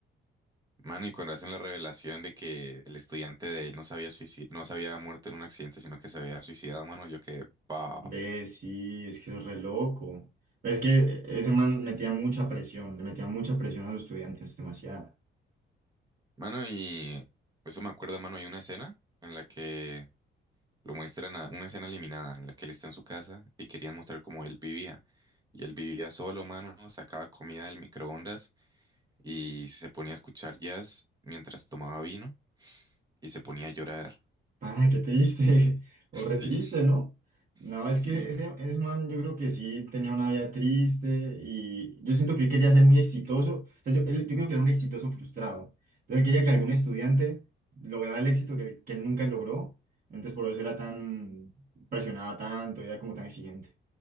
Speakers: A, on the right; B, on the right.
A: Mano, y cuando hacen la revelación de que el estudiante de él no sabía había suici- no se había muerto en un accidente, sino que se había suicidado, mano, yo quedé, "Paf".
B: Ve, sí, es que eso es re loco. Es que e, ese man metía mucha presión, le metía mucha presión a los estudiantes, demasiado.
A: Mano, y eso me acuerda, mano, hay una escena en la que lo muestran, a- una escena eliminada, en la que él está en su casa y querían mostrar cómo él vivía. Y él vivía solo, mano, sacaba comida del microondas y se ponía a escuchar jazz mientras tomaba vino y se ponía a llorar.
B: Pana, qué triste, <laughs> o
A: <laughs>
B: re triste,
A: Sí,
B: ¿no? No,
A: sí.
B: es que ese, ese man yo creo que sí tenía una vida triste y yo siento que él quería ser muy exitoso, o sea, yo, él- yo creo que era un exitoso frustrado, entonces él quería que algún estudiante lograra el éxito que, que él nunca logró, entonces por eso era tan, presionaba tanto, era como tan exigente,